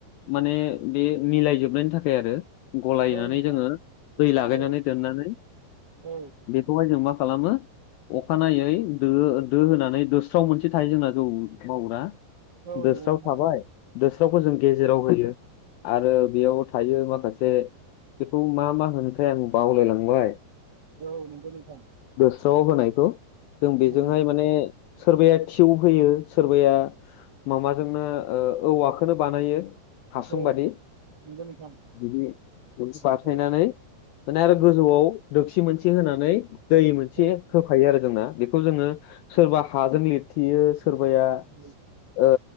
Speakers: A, on the left; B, on the right.
A: माने बे मिलायजोबनायनि थाखाय आरो गलायनानै
B: औ नोंथां
A: जोङो दै लागायनानै
B: औ
A: दोननानै
B: औ
A: बेखौहाय जों मा खालामो अखानायै दो दो होनानै दोस्राव मोनसे थायो जोंना जौ मावग्रा
B: औ
A: दोस्राव
B: नंगौ नोंथां
A: थाबाय दोस्रावखौ जों गेजेराव होयो आरो बेयाव थायो माखासे बेखौ मा मा होनोथाय आं बावलायलांबाय
B: औ नोंगौ नोंथां
A: स्रआव होनायखौ जों बेजोंहाय
B: उम
A: माने सोरबाया थिउ होयो सोरबाया माबाजोंनो ओ औवाखोनो बानायो हासुंबादि
B: औ नंगौ नंगौ नोंथां
A: बिदि बाथायनानै
B: औ
A: माने आरो
B: उम
A: गोजौआव दोखसि मोनसे होनानै दै मोनसे
B: औ
A: होफायो आरोख जोंना बेखौ जोङो सोरबा हाजों लिरथियो सोरबाया
B: औ
A: ओ